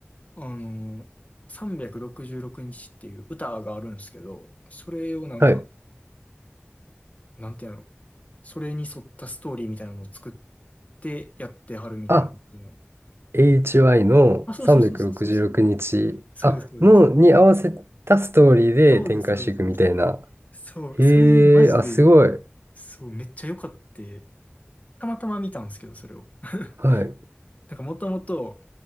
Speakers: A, on the left; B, on the right.
A: あのー、366日っていう歌があるんですけど、それをなんか、
B: はい。
A: なんていうんだろう。それに沿ったストーリーみたいなのを作ってやってはるみたいな感じの。
B: あ、HY の366日、
A: あ、そうそうそうそうそうそう。そうです、
B: あ、
A: そうです。
B: の、に合わせたストーリーで展開していくみたいな。
A: そうです、そうです、そうです。そう、
B: へえ、
A: それマジで、
B: あ、すごい。
A: そう、めっちゃ良かって、たまたま見たんですけど、それを。<laughs>
B: はい。
A: なんかもともと、